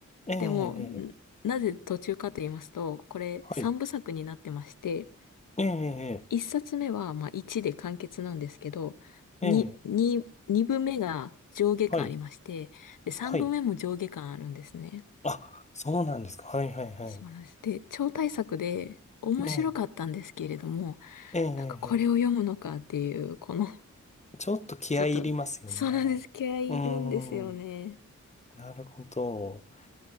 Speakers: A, on the left (about 20°); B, on the left (about 90°).
A: ええ、
B: でも、んなぜ途中かと言いますと、
A: ええ
B: これ三部作になってまして、
A: はい。ええ、
B: 一冊目は、まあ、1で完結なんですけど、
A: ええ、
B: 2、
A: ええ
B: に2部目が上下巻ありまして、
A: はい。
B: で、3部目も上下巻あるんですね。
A: はい。あ、そうなんですか。はいはいはい。
B: そうなんです。で、超大作で面白かったんですけれども、
A: ええ、ええ、え
B: なんかこれを読むのかっていう、この <laughs>
A: え。ちょっと気合い入りますよね。
B: ちょっと、そうなんです。気合いいるんですよね。
A: うーん、なるほど。